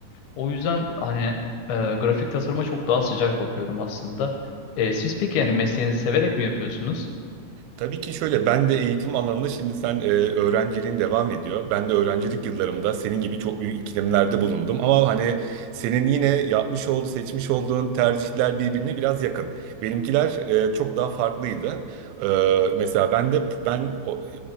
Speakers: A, on the left (about 75°); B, on the right (about 85°).
A: O yüzden hani e, grafik tasarıma çok daha sıcak bakıyorum aslında. E, siz peki yani mesleğinizi severek mi yapıyorsunuz?
B: Tabii ki şöyle ben de eğitim alanında şimdi sen e, öğrenciliğin devam ediyor. Ben de öğrencilik yıllarımda senin gibi çok büyük ikilemlerde bulundum. Ama hani senin yine yapmış olduğu, seçmiş olduğun tercihler birbirine biraz yakın. Benimkiler e, çok daha farklıydı. E, mesela ben de ben o-